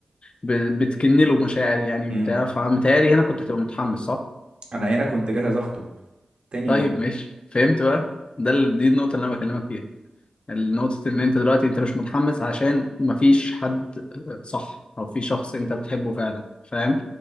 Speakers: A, on the left; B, on the right.
A: ب... بتكن له مشاعر يعني
B: امم
A: وبتاع فمتهيألي هنا كنت هتبقى متحمس صح؟
B: انا هنا كنت جاهز اخطب تاني
A: طيب
B: يوم
A: ماشي فهمت بقى ده ال- دي النقطة اللي انا بكلمك فيها نقطة إن أنت دلوقتي أنت مش متحمس عشان مفيش حد صح أو في شخص أنت بتحبه فعلا فاهم